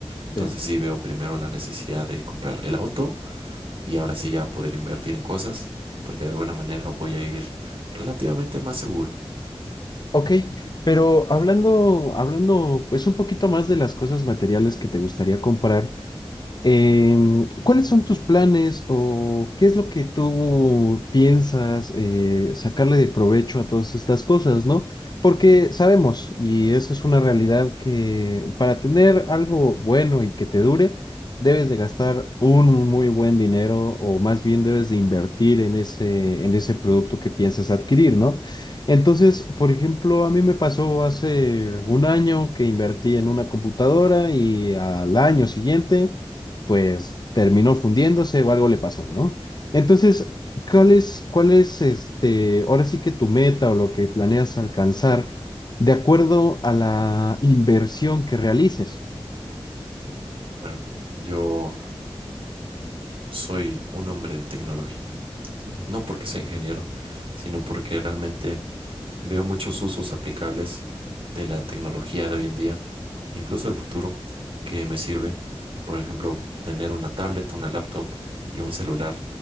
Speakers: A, on the right (about 65°); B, on the left (about 45°).
A: Entonces
B: sí.
A: sí veo primero la necesidad de comprar el auto y ahora sí ya poder invertir en cosas, porque de alguna manera voy a ir relativamente más seguro.
B: Ok, pero hablando, hablando pues un poquito más de las cosas materiales que te gustaría comprar. Em, ¿cuáles son tus planes o qué es lo que tú piensas eh, sacarle de provecho a todas estas cosas, ¿no? Porque sabemos, y eso es una realidad, que para tener algo bueno y que te dure, debes de gastar un muy buen dinero o más bien debes de invertir en ese, en ese producto que piensas adquirir, ¿no? Entonces, por ejemplo, a mí me pasó hace un año que invertí en una computadora y al año siguiente pues terminó fundiéndose o algo le pasó, ¿no? Entonces, ¿cuál es, cuál es este, ahora sí que tu meta o lo que planeas alcanzar de acuerdo a la inversión que realices?
A: Bueno, yo soy un hombre de tecnología, no porque sea ingeniero, sino porque realmente veo muchos usos aplicables de la tecnología de hoy en día incluso el futuro, que me sirve, por ejemplo, tener una tablet, una laptop y un celular